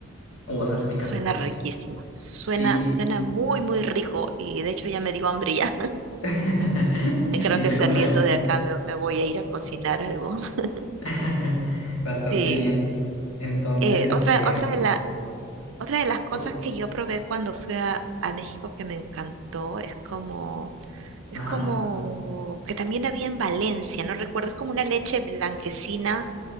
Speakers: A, on the left; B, on the right.
A: o salsa picante,
B: Suena
A: pues.
B: riquísimo, suena,
A: Sí,
B: suena muy, muy rico y de hecho ya me dio hambre ya.
A: <laughs>
B: <laughs> Creo
A: y
B: que
A: se
B: saliendo
A: come
B: de acá me, me voy a ir a cocinar algo. <laughs>
A: <laughs> bastante
B: Sí.
A: bien. Entonces,
B: Eh, otra,
A: eh,
B: otra
A: así,
B: de la, otra de las cosas
A: por-
B: que yo probé cuando fui a, a México que me encantó es como, es
A: ajá,
B: como que también había en Valencia, no recuerdo, es como una leche blanquecina